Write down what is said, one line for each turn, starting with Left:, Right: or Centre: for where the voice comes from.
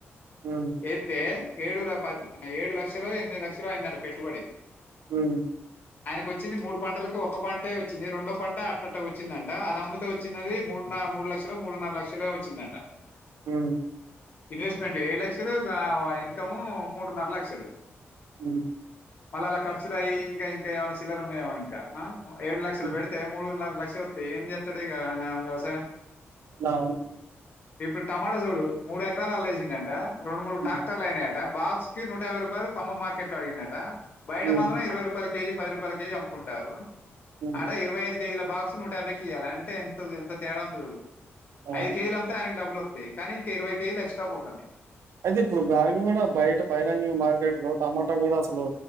Right: హ్మ్.
Left: ఎందే ఏడు ఏడు లక్షలు ఎనిమిది లక్షలు అయిందంట పెట్టుబడి
Right: హ్మ్.
Left: ఆయనకు వచ్చింది మూడు పంటలకి ఒక పంటే వచ్చింది రెండో పంట అట్ట అట్ట వచ్చిందంట అది అమ్ముతే వచ్చింది మూడు మూడు లక్షలొ మూడున్నర లక్షలో వచ్చిందంట
Right: హు మ్
Left: ఇన్వెస్ట్మెంట్ ఏడు లక్షలు ఇన్కము మూడున్నర లక్షలు
Right: అ
Left: మళ్ళఅళ్ళ ఖర్చులు అయి ఇంకా ఇంకా చిల్లర్ ఉన్నాయి ఏమో ఇంకా ఏడ్ లక్షలలు
Right: హ్మ్.
Left: పెడితే మూడున్నర లక్ష త ఏం చేతడి కి వ్యవసాయం
Right: నాలా
Left: ఇప్పుడు టమాటా చూడు మూడు ఎకరాాల అలా వేసిండ అంట రెండు మూడు
Right: హ్మ్.
Left: ట్రాక్టర్లు అయినాయి అంట బాక్స్ కి నూట యాభై రూపాయలు ఖమ్మం మార్కెట్ లో అడిగిండు అంట బయట
Right: హ్మ్.
Left: మాత్రం ఇరవై రూపాయల కేజీ ముప్పై రూపాయల కేజీ అమ్ముకుంటారు
Right: హ్మ్.
Left: అడ ఇరవై ఐదు కేజీల బాక్స్ నూట యాభైకి ఇయాల అంటే ఎంత ఎంత తేడా ఉందొ చూడు
Right: అవును.
Left: ఐదు కేజీల్ అమ్ముతే ఆయనకీ డబుల్ కానీ ఇంకా ఇరవై కేజీలు ఎక్స్ట్రా పోతన్నాయి
Right: అయితే ఇప్పుడు బాయన్ కూడా బయట బహిరంగ మార్కెట్ లో టమాటా కూడా అసలు